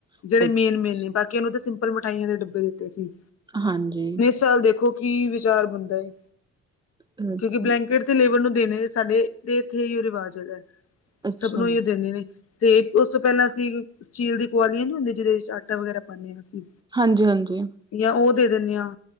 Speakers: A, on the right; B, on the left.
A: ਅੱਛਾ-ਅੱਛਾ
B: ਜੇੜੇ ਮੇਨ-ਮੇਨ ਨੇ ਬਾਕੀਆਂ ਨੂੰ ਤਾਂ ਸਿਮਪ। ਪਲ ਮਠਾਈਆਂ ਦੇ ਡੱਬੇ ਦਿੱਤੇ ਸੀ।
A: ਹਾਂਜੀ।
B: ਚੱਲ ਦੇਖੋ ਕੀ ਵਿਚਾਰ ਬੰਦਾ ਏ,
A: ਅੱਛਾ,
B: ਕਿਉਂਕਿ ਬਲੈਂਕਟ ਤੇ ਲੇਬਰ ਨੂੰ, ਦੇਣੇ ਸਾੱਡੇ ਦੇ ਇੱਥੇ, ਏਹੀਉ ਰਿਵਾਜ ਹੈਗਾ,
A: ਅੱਛਾ
B: ਸਭ ਨੂੰ ਹੀ ਉਹ ਦਿੰਦੇ ਨੇ। ਤੇ ਉਸ ਤੋਂ ਪਹਿਲਾਂ ਅਸੀਂ ਸਟੀਲ ਦੀ ਕਵਾਲੀਆਂ ਨੀ ਹੁੰਦੀਆਂ ਜਿਹਦੇ, ਵਿੱਚ ਆਟਾ ਵਗੈਰਾ ਪਾੱਦੇ ਆਂ ਅਸੀਂ।
A: ਹਾਂਜੀ-ਹਾਂਜੀ।
B: ਯਾਂ ਉਹ ਦੇ ਦਿੰਨੇ ਆਂ,